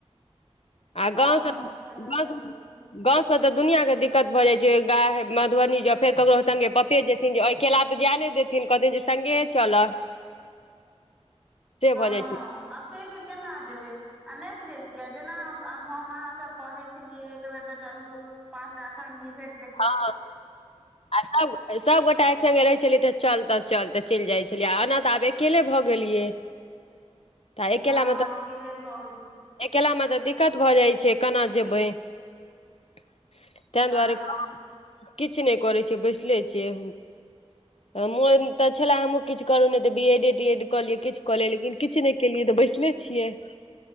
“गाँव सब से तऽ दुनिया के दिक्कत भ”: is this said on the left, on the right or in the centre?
Left